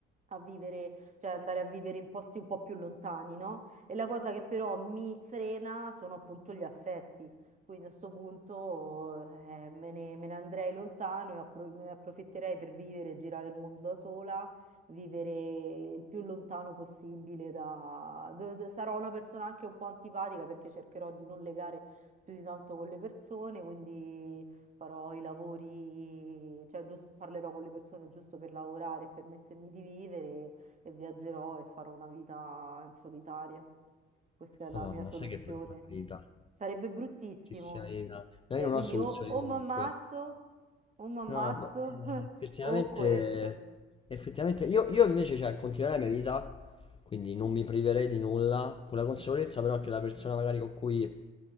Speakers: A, on the right; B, on the left.
A: a vivere, cioè andare a vivere in posti un po' più lontani, no? E la cosa che però mi frena sono appunto gli affetti. Quindi a sto punto eh, me ne, me ne andrei lontano e appro- me ne approfitterei per vivere e girare il mondo da sola, vivere il più lontano possibile da... do- do- Sarò una persona anche un po' antipatica perché cercherò di non legare più di tanto con le persone, quindi farò i lavori, cioè gius- parlerò con le persone giusto per lavorare e permettermi di vivere e viaggerò e farò una vita in solitaria. Questa è la
B: Madonna,
A: mia soluzione.
B: sai che brutta vita.
A: Sarebbe bruttissimo.
B: Bellissima vita. No,
A: Se,
B: io non
A: quindi
B: ho soluzioni
A: o, o
B: comunque.
A: mi ammazzo, o mi ammazzo,
B: No, ma, eh,
A: <laughs>
B: effettivamente,
A: o questo.
B: effettivamente io, io invece, cioè, continuerei la mia vita, quindi non mi priverei di nulla, con la consapevolezza però che la persona magari con cui